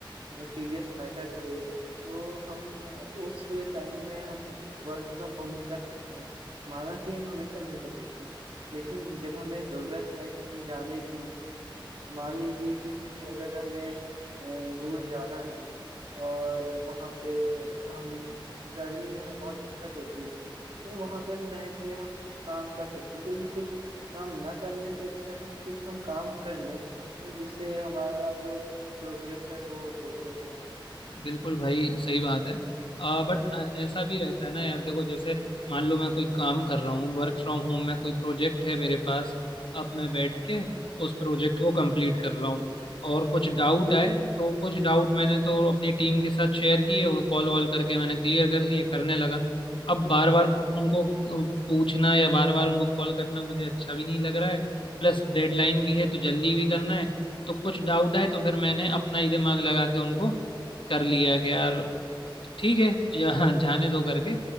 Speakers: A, on the right; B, on the left.
A: सीरियस मैटर पे तो हम अ, उस टाइम में हम वर्क फ्रॉम होम कर सकते हैं माना कि हम हमेशा नहीं कर सकते लेकिन जब हमें ज़रूरत है कहीं जाने की मान लीजिए कि कहीं अगर हमें अ, दूर जाना है और वहाँ पे हम ट्रैवलिंग में हमें बहुत दिक्कत होती है तो वहाँ पे हम रह के हम कुछ काम कर सकते हैं क्योंकि कुछ काम ना करने से अच्छा है कि कुछ हम काम कर लें हैं जिससे हमारा जो प्रोग्रेस है वो होते रहे
B: बिल्कुल भाई सही बात है आ, बट अ, ऐसा भी रहता है ना यार देखो जैसे मान लो मैं कोई काम कर रहा हूँ वर्क फ्रॉम होम में कोई प्रोजेक्ट है मेरे पास अब मैं बैठ के उस प्रोजेक्ट को कंप्लीट कर रहा हूँ और कुछ डाउट आए तो कुछ डाउट मैंने तो अपनी टीम के साथ शेयर किए और कॉल वॉल करके मैंने क्लियर कर लिए करने लगा अब बार बार उनको अ, पूछना या बार बार उनको कॉल करना मुझे अच्छा भी नहीं लग रहा है प्लस डेडलाइन भी है तो जल्दी भी करना है तो कुछ डाउट आए तो फिर मैंने अपना ही दिमाग लगा के उनको कर लिया कि यार ठीक है जा, जाने दो करके